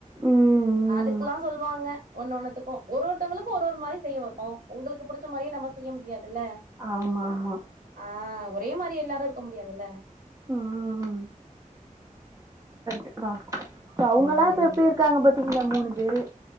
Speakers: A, on the right (about 25°); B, on the right (about 80°).
A: ம்
B: அதுக்லாம்
A: ம்
B: சொல்லுவாங்க ஒன்னு ஒண்ணுத்துக்கு ஒரு ஒருத்தவங்களுக்கு ஒரு ஒரு மாரி செய்ய வரு உங்களுக்கு புடுச்ச மாரியு நம்ம செய்ய முடியாதுல்ல
A: ஆமா ஆமா
B: ஆ ஒரே மாரி எல்லாரு இருக்க முடியாதுல்ல
A: ம் ம் இப்ப அவுங்கல்லா
B: ம்
A: இப்ப எப்டி இருக்காங்க பாத்தீங்களா மூணு பேரு